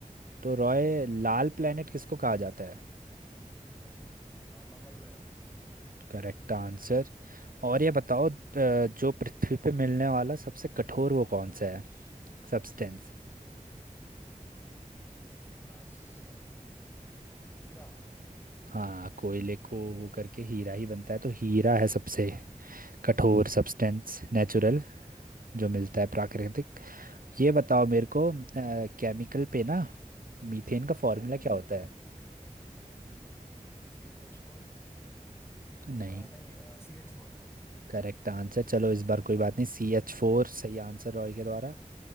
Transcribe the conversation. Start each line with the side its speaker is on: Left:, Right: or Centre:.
Right: तो रॉय लाल प्लेनेट किसको कहा जाता है
Left: मंगल ग्रह
Right: Correct answer और ये बताओ अ, जो पृथ्वी पे मिलने वाला सबसे कठोर वो कौन सा है सब्सटेंस
Left: आ, सर कोयल हीरा हाँ
Right: हाँ कोयले को वो करके हीरा ही बनता है तो हीरा है सबसे कठोर सब्सटेंस नेचुरल जो मिलता है प्राकृतिक ये बताओ मेरे को केमिकल पे ना मीथेन का फॉर्मूला
Left: जी,
Right: क्या होता है
Left: सी टू एच फोर
Right: नहीं
Left: आ, नहीं सी एच फोर
Right: करेक्ट आंसर चलो इस बार कोई बात नहीं सी एच फोर सही आंसर रॉय के द्वारा